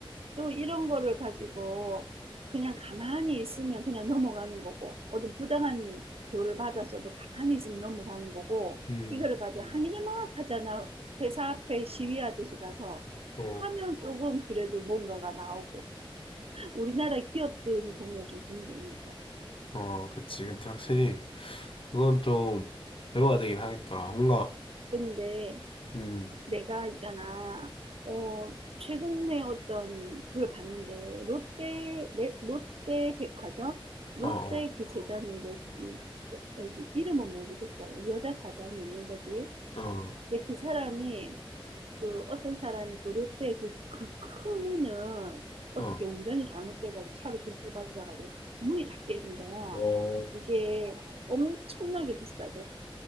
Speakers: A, on the right (about 85°); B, on the left (about 65°).
A: 또 이런 거를 가지고 그냥 가만히 있으면 그냥 넘어가는 거고, 어떤 부당한 대우를 받았어도 가만히 있으면 넘어가는 거고,
B: 음,
A: 이거를 가지고 음, 항의를 막 하잖아. 회사 앞에 시위하듯이 가서
B: 어,
A: 하면 네. 조금 그래도 뭔가가 나오고, 우리나라 기업들이 보면 좀 그런 게 있는 거야.
B: 어, 그치. 근데 확실히 그건 좀 배워야 되긴 하겠더라. 뭔가,
A: 근데
B: 음,
A: 내가 있잖아, 어, 최근에 어떤 그걸 봤는데, 롯데, 레- 롯데 백화점? 롯데
B: 어, 어,
A: 그 재단인데, 그게, 여기 이름은 모르겠어. 여자 사장이 있는 거지.
B: 어.
A: 근데 그 사람이, 그 어떤 사람이 그 롯데 그, 그큰 문을 어떻게
B: 어.
A: 운전이 잘못돼가지고 차로 들이받아가지고 문이 다 깨진 거야.
B: 어,
A: 그게 엄청나게 비싸대.